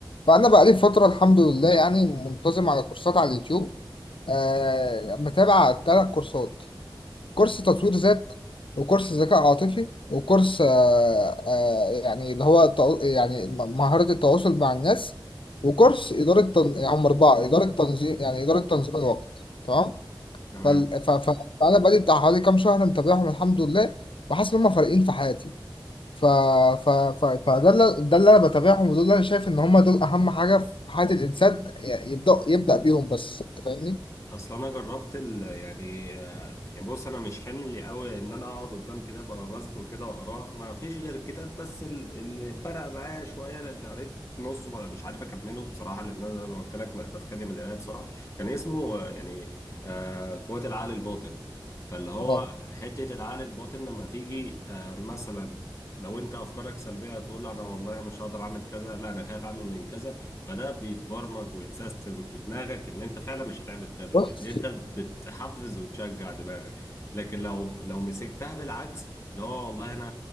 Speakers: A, on the left; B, on the left.
A: فانا بقالي فترة الحمد لله يعني منتظم على كورسات على اليوتيوب آه، متابع ثلاث كورسات كورس تطوير ذات وكورس ذكاء عاطفي وكورس آه، آه، يعني اللي هو التو- يعني م- مهارة التواصل مع الناس وكورس إدارة تن... يعني هم أربعة إدارة تنظيم يعني إدارة تنظيم الوقت تمام
B: تمام
A: فال... ف... ف... فأنا بقالي بتاع حوالي كام شهر متابعهم الحمد لله وحاسس إن هم فارقين في حياتي ف... ف... ف... فده اللي ده اللي أنا بتابعهم ودول اللي أنا شايف إن هم دول أهم حاجة في حياة الإنسان ي- يبدأ يبدأ بيهم بس أنت فاهمني؟
B: اصل انا جربت ال يعني آه، يعني بص انا مش حمل قوي ان انا اقعد قدام كتاب ابقى ماسكه كده واقراه ما فيش غير الكتاب بس ال- اللي فرق معايا شويه لان قريت نصه ما- مش عارف اكمله بصراحه لان انا زي ما قلت لك ما- بتخانق من القرايه بسرعه كان اسمه آه، يعني آه، قوه العقل الباطن فاللي هو
A: اه
B: حته العقل الباطن لما تيجي آه، مثلا لو انت افكارك سلبيه هتقول انا والله مش هقدر اعمل كذا لا انا خايف اعمل من كذا فده بيتبرمج ويتسيستم في دماغك ان انت فعلا مش هتعمل كذا
A: بس
B: لان انت بتحفز وتشجع دماغك لكن لو لو مسكتها بالعكس اللي هو والله انا